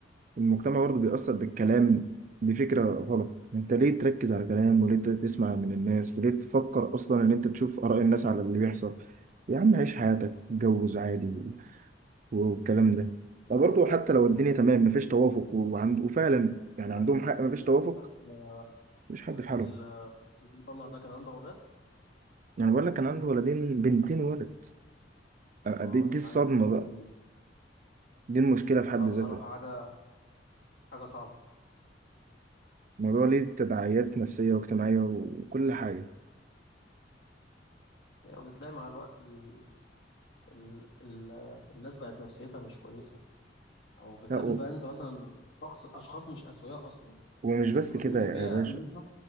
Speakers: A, on the right; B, on the left.
A: المجتمع برضه بيأثر بالكلام دي فكرة غلط انت ليه تركز على كلام وليه تسمع من الناس وليه تفكر اصلا ان انت تشوف آراء الناس على اللي بيحصل يا عم عيش حياتك اتجوز عادي و- والكلام ده فبرضه حتى لو الدنيا تمام مفيش توافق وعند وفعلا يعني
B: وقريبك
A: عندهم حق مفيش توافق
B: قريبك آه،
A: مش حد
B: قريبك
A: في حاله
B: ال- المطلق ده كان عنده اولاد
A: يعني بقول لك كان عنده ولدين بنتين ولد أ-
B: اه
A: دي, دي الصدمة
B: يا عيني دول
A: بقى
B: بي-
A: دي المشكلة في حد
B: اه
A: ذاتها
B: بصراحة حاجة حاجة صعبة
A: الموضوع ليه تداعيات نفسية واجتماعية وكل حاجة
B: يعني بتلاقي مع الوقت ال... ال... ال... الناس بقت نفسيتها مش كويسة أو بتقابل
A: لا و-
B: بقى أنت مثلا شخص أشخاص مش أسوياء أصلا
A: ومش
B: مش
A: بس
B: متربيين
A: كده
B: في
A: يا
B: بيئة
A: باشا
B: آمنة